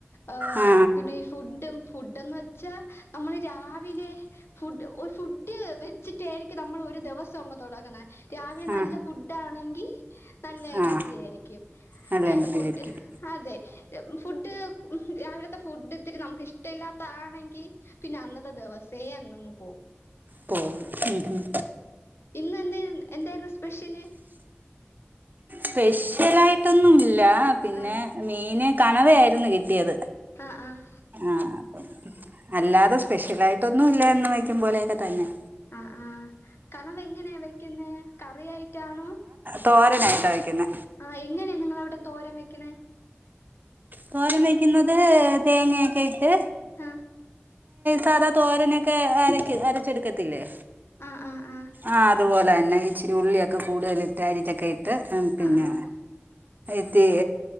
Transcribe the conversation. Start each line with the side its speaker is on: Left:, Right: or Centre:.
Left: ഏഹ്
Right: ആ
Left: പിന്നെ ഫുഡ്ഡും ഫുഡ്ഡന്ന് വെച്ചാ നമ്മള് രാ രാവിലെ ഫുഡ് ഫുഡ് വെച്ചിട്ടായിരിക്കും നമ്മൾ ഒരു ദിവസം അങ്ങ് തൊടങ്ങണ രാവിലെ
Right: ആ
Left: നല്ല ഫുഡ് ആണെങ്കിൽ നല്ല
Right: ആ
Left: എനർജി
Right: ആ
Left: ആയിരിക്കും.
Right: നല്ല
Left: ഏഹ്
Right: എനർജി
Left: ഫുഡ്
Right: ആയിരിക്കും
Left: അതെ ഫുഡ് അവിടത്തെ ഫുഡ് ഇത്തിരി നമുക്ക് ഇഷ്ടല്ലാത്ത ആണെങ്കിൽ പിന്നെ അന്നത്തെ ദിവസേ അങ്ങ്ങ് പോകും
Right: പ്പോ മ് മ്
Left: ഇന്ന് എന്തായിര്ന് എന്തായിരുന്നു സ്പെഷ്യല്
Right: സ്പെഷ്യൽ ആയിട്ടൊന്നുംല്ല പിന്നെ
Left: ആഹ്
Right: മീന് കണവയായിരുന്നു കിട്ടിയത്
Left: ആഹ് ആഹ്
Right: ആ അപ്പം അല്ലാതെ സ്പെഷ്യൽ ആയിട്ടൊന്നും ഇല്ല എന്നും വെക്കുമ്പോലെയൊക്കെ തന്നെയ
Left: ആ ആ കണവ എങ്ങനെയാ വെക്കുന്ന കറിയായിട്ടാണോ
Right: തോരനായിട്ട് വയ്ക്കുന്ന
Left: ആഹ് എങ്ങനെയാ നിങ്ങൾ അവിടെ തോരൻ വെക്ക്ണേ
Right: തോരം വെക്കുന്നത് തേങ്ങൊക്കെ ഇട്ട്
Left: ആഹ്
Right: സാധാ തോരനൊക്കെ അരക്ക അരച്ചെടുക്കത്തില്ലേ
Left: ആഹ് ആഹ് ആഹ്
Right: ആ അതുപോലെന്നെ ഇച്ചിരി ഉള്ളിയൊക്കെ കൂടുതലിട്ട് അരിച്ചൊക്കെ ഇട്ട് പിന്നെ
Left: ആഹ്
Right: റ്റി